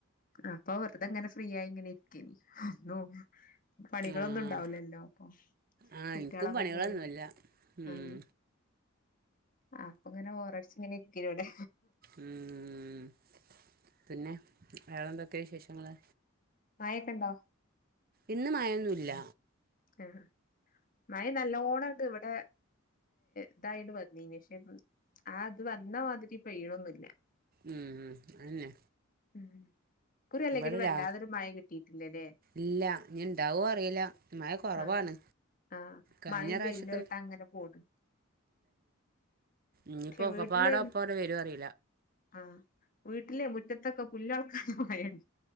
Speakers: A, on the left (about 40°); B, on the right (about 45°).
A: അപ്പൊ വെറുതെങ്ങനെ ഫ്രീ ആയി ഇങ്ങനെ ഇരിക്കിം. നോ പണികളൊന്നും
B: ആഹ്
A: ഉണ്ടാവലല്ലോ അപ്പൊ
B: ആഹ്
A: കുട്ട്യേളൊക്കെ
B: ഇൻക്കും പണികളൊന്നുല്ല
A: പോയി.
B: ഉം
A: ആഹ് ആഹ് അപ്പൊങ്ങനെ ബോറടിച്ച് ഇങ്ങനെ ഇരിക്കേനിവടെ
B: ഉം പിന്നെ വേളെന്തൊക്കെ വിശേഷങ്ങള്?
A: മാഴെക്കെണ്ടോ?
B: ഇന്ന് മഴെന്നുല്ല.
A: ആഹ് മഴ നല്ലോണ ഇങ്ങട്ട് വടെ ഇതായത് വന്നിനി ക്ഷെ ഉം ആത് വന്ന മാതിരി പെയ്യണൊന്നുല്ല.
B: ഉം അന്നെ
A: ഉം ഇക്കുറി അല്ലെങ്കിലും
B: ഇവടെ
A: വല്ലാതൊരു
B: രാ.
A: മഴ കിട്ടിയിട്ടില്ലല്ലേ
B: ഇല്ല ഇഞ് ഇണ്ടാവോ അറീല്ല. മഴ കൊറവാണ്
A: ആഹ് ആഹ്
B: കഴിഞ്ഞ
A: മഴും
B: പ്രാവശ്യക്കെ
A: വെയിലു ആയിട്ട അങ്ങനെ പോണ്.
B: ഇനിപ്പോ
A: പക്ഷെ
B: ഒക്കെപ്പാട
A: വീട്ടില്
B: ഒപ്പാണ്ട് വരോ അറീ
A: ആഹ് വീട്ടിലെ മുറ്റത്തൊക്കെ പുല്ലൊൾക്കാനാ <unintelligible>